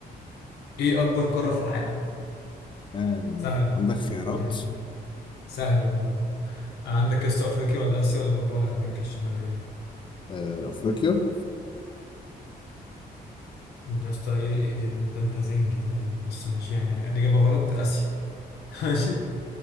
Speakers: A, on the left (about 80°); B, on the left (about 30°).
A: إيه أكبر قارة في العالم؟
B: آه
A: سهلة
B: عندك خيارات
A: يعني سهل ده عندك يا اسطى أفريقيا ولا آسيا ولا أوروبا ولا أمريكا الشمالية؟
B: آه أفريقيا
A: يا اسطى إيه إيه- يعني أنت أنت زنجي تقريبا بس ماشي يعني الإجابة غلط آسيا <laughs> ماشي